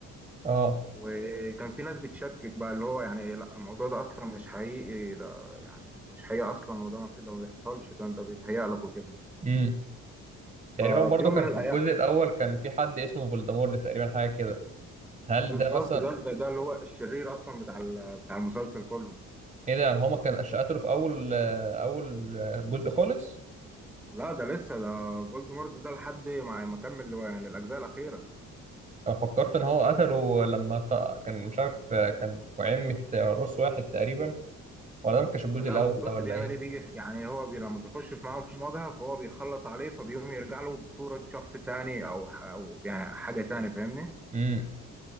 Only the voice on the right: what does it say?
اه
امم تقريبا
برضو
كان
في الجزء الاول كان في حد اسمه فولدمورت تقريبا حاجه كده هل
ده مثلا
ايه ده يعني هو ما كان قتله في اول آه، اول آه، جزء خالص
انا فكرت ان هو قتله لما ط- كان مش عارف آه، كان في عمة راس واحد تقريبا ولا ده ما كانش الجزء
الاول
ده ولا
ايه
امم